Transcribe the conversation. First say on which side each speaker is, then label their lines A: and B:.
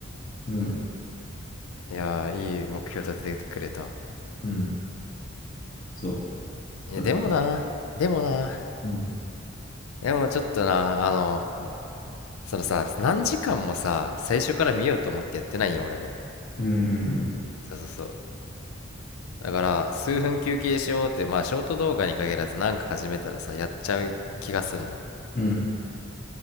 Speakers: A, on the left; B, on the left.
A: うん。
B: いやー、いい目標立ててくれた。
A: うん。そう。
B: いや、でもな、
A: だから、
B: でもな、
A: うん。
B: でもちょっとな、あの、そのさ、何時間もさ、最初から見ようと思ってやってないよ、俺も。
A: うん。
B: そうそうそう。だから数分休憩しようってまあショート動画に限らずなんか始めたらさやっちゃう気がすんの
A: うん。